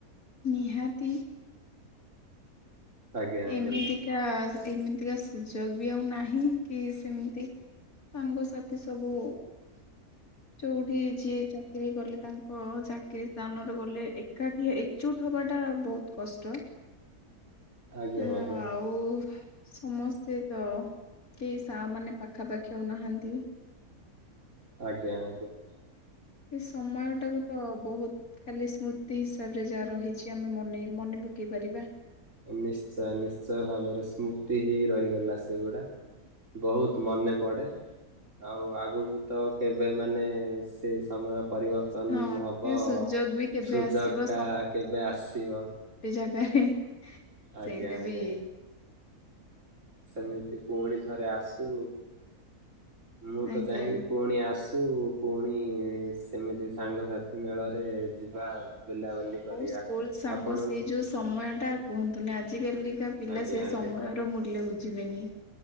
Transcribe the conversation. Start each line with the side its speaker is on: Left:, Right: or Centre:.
Left: ନିହାତି
Right: ଆଜ୍ଞା ଆଜ୍ଞା
Left: ଏମିତିକା ଏମିତିକା ସୁଯୋଗ ବି ଆଉ ନାହିଁ କି ସେମିତି ସାଙ୍ଗ ସାଥି ସବୁ ଯେଉଁଠି ଯିଏ ଚାକିରି କଲେ। ତାଙ୍କ ଚାକିରି ସ୍ଥାନରେ ଗଲେ। ଏକାଠି ଏକଚଜୁଟ ହବ। ହବଟା ବହୁତ କଷ୍ଟ।
Right: ଆଜ୍ଞା
Left: ଆଉ
Right: ଆଜ୍ଞା ଆଁ।
Left: ସମସ୍ତେ ତ କେହି ସାଙ୍ଗ ମାନେ ପାଖା ପାଖି ଆଉ ନାହାନ୍ତି।
Right: ଆଜ୍ଞା ଆଜ୍ଞା ଆଁ।
Left: ଏଇ ସମୟ ଟାକୁ ତ ବହୁତ ଖାଲି ସ୍ମୃତି ହିସାବରେ ଯାହା ରହିଛି। ଆମେ ମନ ମନେପକେଇବୁ। ପକେଇ ପାରିବା।
Right: ଓନିଶ୍ଚୟ ନିଶ୍ଚୟ ଭାବରେ ସ୍ମୃତି ହେଇ ରହିଗଲା। ସେଗୁଡା ବହୁତ ମନେ ପଡ଼େ। ଆଉ ଆଗକୁ ତ କେବେ ମାନେ ସେଇ ସମୟ ପରିବର୍ତ୍ତନ
Left: ହଁ
Right: ହବ
Left: ସେ ସୁଯୋଗ ବି କେବେ
Right: ସେ
Left: ଆସିବ
Right: ସୁଯୋଗ ଟା କେବେ ଆସିବ।
Left: ଏହେଁ
Right: ଆଜ୍ଞା
Left: ସେଇଟା
Right: ଆଜ୍ଞା।
Left: ବି
Right: ସେମିତି ପୁଣି ଥରେ ଆସୁ ମୁଁ
Left: ଆଜ୍ଞା।
Right: ତ ଚାହିଁବି ପୁଣି ଆସୁ ପୁଣି ସେମିତି ସାଙ୍ଗସାଥି ମେଳରେ ଯିବା। ବୁଲାବୁଲି କରିବା
Left: ମୋ ସ୍କୁଲ ସାଙ୍ଗ
Right: ଆପଣ
Left: ସେଇ ଯେଉଁ ସମୟ ଟା କୁହନ୍ତୁନି। ଆଜି କାଲି କା ପିଲା
Right: ଆଜ୍ଞା
Left: ସେଇ
Right: ଆଜ୍ଞା
Left: ସମୟର ମୁଲ୍ୟ ବୁଝିବେନି।